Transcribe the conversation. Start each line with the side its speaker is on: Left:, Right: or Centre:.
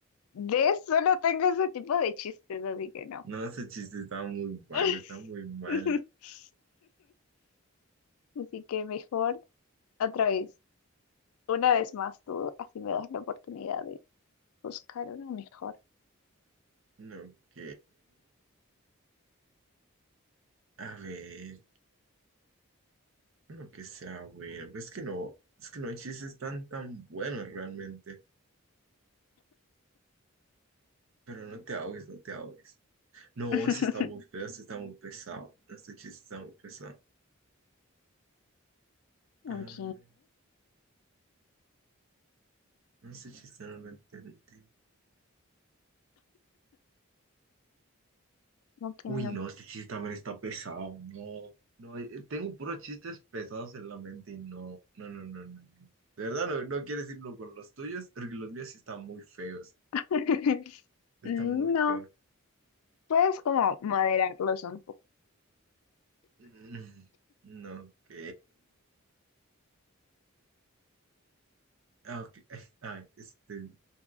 Left: De solo tengo ese tipo de chistes, así que no.
Right: No, ese chiste está muy malo,
Left: <laughs>
Right: está muy malo.
Left: Así que mejor otra vez. Una vez más, tú así me das la oportunidad de buscar uno mejor.
Right: Ok. A ver, bueno que sea bueno. Pues es que no, es que no hay chistes tan tan buenos realmente. Pero no te ahogues, no te ahogues. No,
Left: <laughs>
Right: ese está muy feo, ese está muy pesado. Este chiste está muy pesado. Ah,
Left: Ok,
Right: no sé si no lo entendí.
Left: ¿cómo que
Right: Uy,
Left: no?
Right: no, este chiste también está pesado. No, no, eh, tengo puros chistes pesados en la mente y no, no, no, no, no. no. De verdad, no, no quieres irlo con los tuyos, porque los míos sí están muy feos.
Left: <laughs>
Right: Están
Left: No,
Right: muy feos.
Left: puedes como moderarlos un poco.
Right: Mm, no, ok. Ah, ok. <laughs> A ver, este.